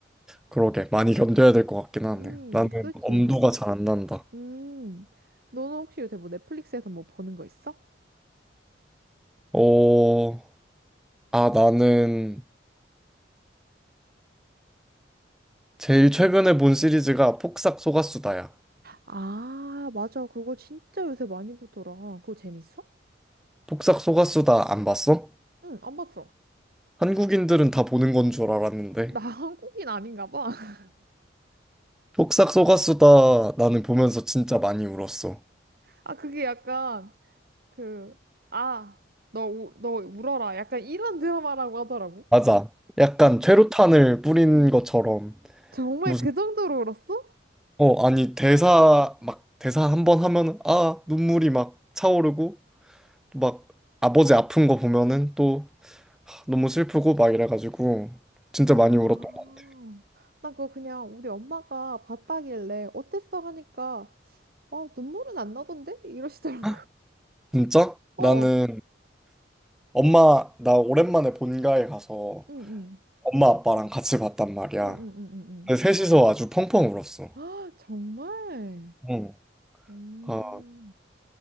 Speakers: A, in the centre; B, on the right.
A: 그러게, 많이 견뎌야 될 것 같긴 하네.
B: 음,
A: 나는
B: 그지.
A: 엄두가 잘 안 난다.
B: 음, 너는 혹시 요새 뭐 넷플릭스에서 뭐 보는 거 있어?
A: 어, 아, 나는 제일 최근에 본 시리즈가 폭삭 소가수다야.
B: 아, 맞아. 그거 진짜 요새 많이 보더라. 그거 재밌어?
A: 폭삭 소가수다 안 봤어?
B: 응, 안 봤어.
A: 한국인들은 다 보는 건 줄 알았는데.
B: 나 <laughs> 한국인 아닌가 봐. <laughs>
A: 폭삭 소가수다 나는 보면서 진짜 많이 울었어.
B: 아, 그게 약간, 그, 아, 너, 우, 너 울어라. 약간 이런 드라마라고 하더라고.
A: 맞아. 약간
B: 음.
A: 최루탄을 뿌린 것처럼
B: 정말
A: 무슨
B: 그 정도로 울었어?
A: 어 아니 대사 막 대사 한 번 하면은 아 눈물이 막 차오르고 막 아버지 아픈 거 보면은 또 하, 너무 슬프고 막 이래가지고 진짜
B: 아,
A: 많이 울었던 것
B: 나 그거 그냥 우리 엄마가 봤다길래 어땠어 하니까 어, 눈물은 안 나던데? 이러시더라고.
A: 같아. 진짜?
B: <laughs>
A: 나는
B: 어,
A: 엄마 나 오랜만에 본가에 가서
B: 응, 응,
A: 엄마 아빠랑 같이 봤단 말이야.
B: 응, 응, 응, 응. 응.
A: 근데 셋이서 아주 펑펑 울었어.
B: <gasps> 아, 정말?
A: 응.
B: 오.
A: 아